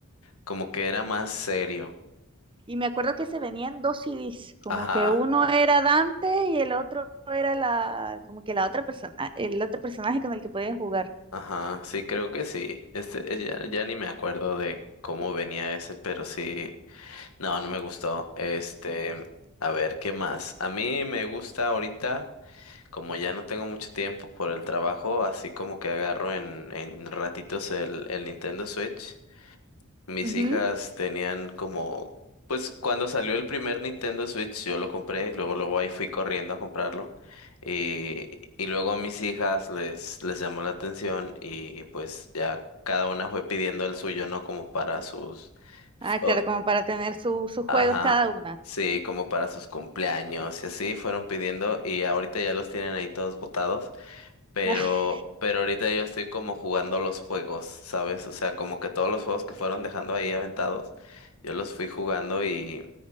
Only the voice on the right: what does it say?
Y me acuerdo que se venían dos CDs, como
que uno era Dante y el otro era la, como que la otra persona, ah, el otro personaje con el que podías jugar.
Ujú.
Ah, claro,
como para tener su- sus
juegos cada una.
<laughs>